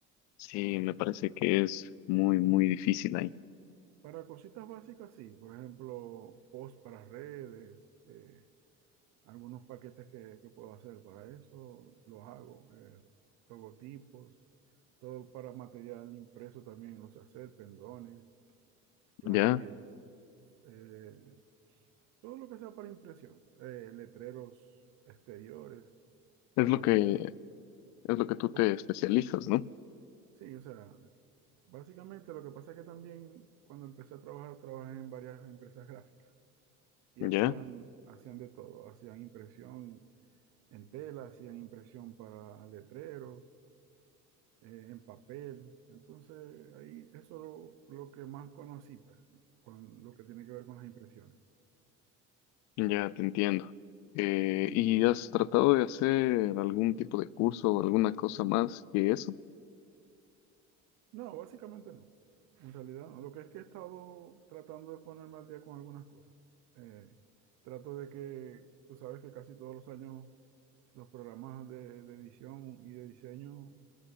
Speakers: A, on the left (about 70°); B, on the right (about 65°).
A: sí,
B: sí.
A: me parece que es muy, muy difícil ahí.
B: Para cositas básicas, sí. Por ejemplo, post para redes. eh, algunos paquetes que, que puedo hacer para eso, los hago, eh, logotipos, todo para material impreso también los sé hacer, pendones, flyers,
A: Ya,
B: eh, todo lo que sea para impresión, eh, letreros exteriores,
A: es
B: para
A: lo que
B: letreros,
A: es lo que tú
B: ¿cómo?
A: te especializas, ¿no?
B: Sí, o sea, básicamente lo que pasa es que también cuando empecé a trabajar, trabajé en varias empresas gráficas y
A: Ya,
B: hacían, hacían de todo, hacían impresión en tela, hacían impresión para letreros, eh, en papel. Entonces, ahí eso lo, lo que más conocí, pues, con lo que tiene que ver con las impresiones.
A: ya te entiendo. Eh,
B: Y
A: ¿y has tratado de hacer algún tipo de curso o alguna cosa más que eso?
B: no, básicamente no. En realidad no. Lo que es que he estado tratando de ponerme al día con algunas cosas. Eh, trato de que, tú sabes que casi todos los años los programas de, de edición y de diseño